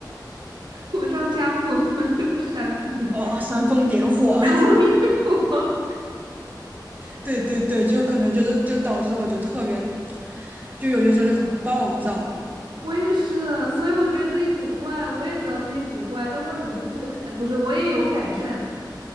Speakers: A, on the right; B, on the right.
A: 我上家疯了，这不是山峰，
B: 哦，煽风点火，
A: 山峰比我
B: <laughs> 对对对，就可能就是就导致我就特别，就有些时候就很暴躁。
A: 我也是，所以我觉得自己古怪，我也知道自己古怪，但我忍不住，呃不是，我也有改善，